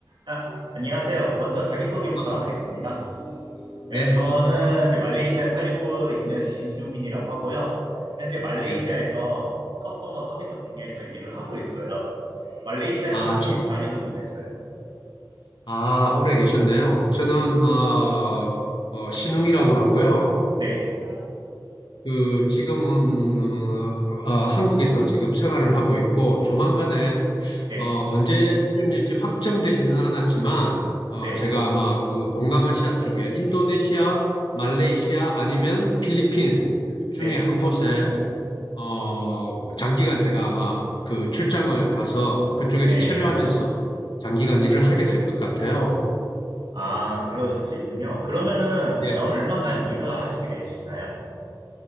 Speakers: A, on the right; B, on the left.
A: 아, 안녕하세요. 먼저 자기소개부터
B: 아,
A: 하겠습니다. 네,
B: 네,
A: 저는 이제 말레이시아에 살고 있는 김규민이라고 하고요. 현재 말레이시아에서
B: 네.
A: 커스터머 서비스 분야에서 일을 하고 있어요. 말레이시아에서
B: 아,
A: 산지
B: 저,
A: 4년 정도 됐어요.
B: 아, 오래 계셨네요. 저는, 어, 어, 신웅이라고 하고요.
A: 네,
B: 그, 지금은, 어, 어, 한국에서 지금 생활을 하고 있고, 조만간에,
A: 네,
B: 어, 언제쯤일지 확정되지는 않았지만, 어,
A: 네,
B: 제가 아마 그 동남아시아 쪽에 인도네시아, 말레이시아 아니면 필리핀 중에
A: 네,
B: 한 곳에 어, 장기간 제가 아마 그 출장을 가서 그쪽에서
A: 네.
B: 체류하면서 장기간 일을 하게 될 것 같아요.
A: 아, 그러시군요. 그러면은 한
B: 예.
A: 얼마간
B: 예.
A: 일을 하시게 되시나요?